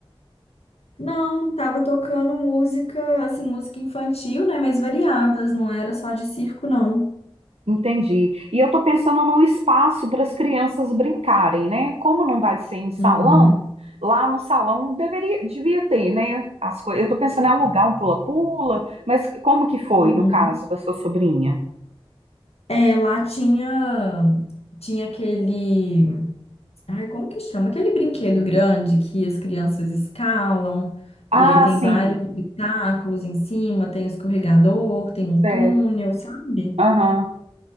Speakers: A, on the left; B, on the right.
A: Não, tava tocando música, assim, música infantil, né? Mas variadas, não era só de circo, não.
B: Entendi. E eu estou pensando num espaço para as crianças brincarem, né? Como não vai ser em salão,
A: Uhum.
B: lá no salão deveria, devia ter, né? As coisas. Eu estou pensando em alugar um pula-pula, mas como que foi
A: Uhum.
B: no caso da sua sobrinha?
A: É, lá tinha, tinha aquele. Ai, como que chama? Aquele brinquedo grande que as crianças escalam,
B: Ah,
A: e aí tem
B: sim.
A: vários obstáculos em cima, tem um escorregador, tem um
B: É.
A: túnel, sabe?
B: Aham.